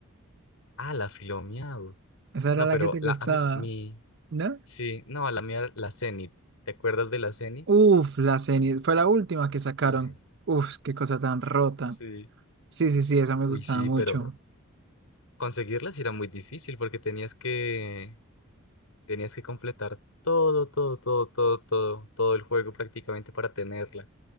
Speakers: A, on the left; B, on the right.
A: Ah, la Filomiau.
B: Esa era
A: No,
B: la
A: pero
B: que te gustaba,
A: la, a mí- mi,
B: ¿no?
A: sí, no, a la mía, la Zenith. ¿Te acuerdas de la Zenith?
B: Uf, la Zenith. Fue la última que sacaron.
A: Sí.
B: Uf, qué cosa tan rota.
A: Sí.
B: Sí, sí, sí, esa me
A: Uy,
B: gustaba
A: sí,
B: mucho.
A: pero conseguirlas era muy difícil porque tenías que tenías que completar todo, todo, todo, todo, todo, todo el juego prácticamente para tenerla.